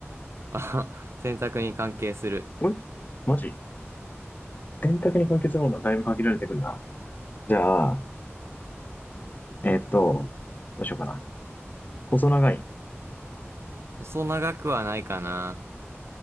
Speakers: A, on the right; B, on the left.
A: <laughs> あ、洗濯に関係する。
B: えマジ洗濯に関係するものはだいぶ限られてくるな。じゃあ、えっと、どうしようかな。細長い
A: 細長くはないかな。